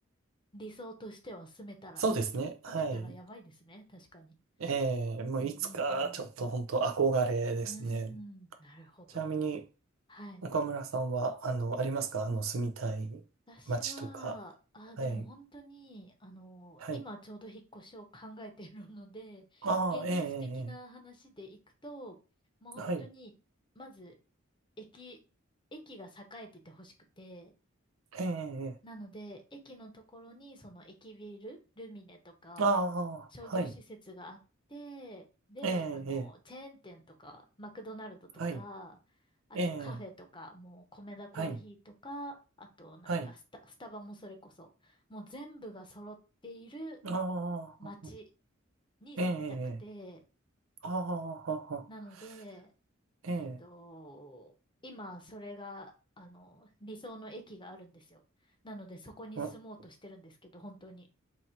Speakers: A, on the left (about 25°); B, on the right (about 80°).
A: 理想としては住めたら、
B: そうですね。はい。
A: 住めたらやばいですね。確かに。
B: えー、もういつかちょっと本当憧れですね。
A: うんうんうん。うーん、なるほど。
B: ちなみに
A: はい。
B: 岡村さんは、あの、ありますかあの、住みたい街とか。
A: 私は、あ、
B: はい。
A: でも本当に、あの、
B: はい。
A: 今ちょうど引っ越しを考えているので、
B: ああ、
A: 現実的な話でいくと、
B: ええ、ええ、ええ
A: もう本当に、
B: はい、
A: まず、駅、駅が栄えててほしくて、
B: ええ、ええ、
A: なので、駅のところに、その駅ビル、ルミネとか、
B: あ
A: 商業施設があって、
B: あ、はい、
A: で、
B: ええ、
A: あの、
B: ええ、
A: チェーン店とか、マクドナルドとか、
B: はい、
A: あとカフェとか、
B: ええ、
A: もうコメダコーヒーとか、
B: はい、
A: あとなんかスタ、
B: はい、
A: スタバもそれこそ、もう全部が揃っている
B: ああ、
A: 街に住みたくて、
B: ええ、ええ、ああ、ああ
A: なので、
B: ええええええはいええええああはいええええはいええはいはいああええええああええ
A: えっと、今それが、あの、理想の駅があるんですよ。なのでそこに住もうとしてるんですけど、
B: わ
A: 本当に。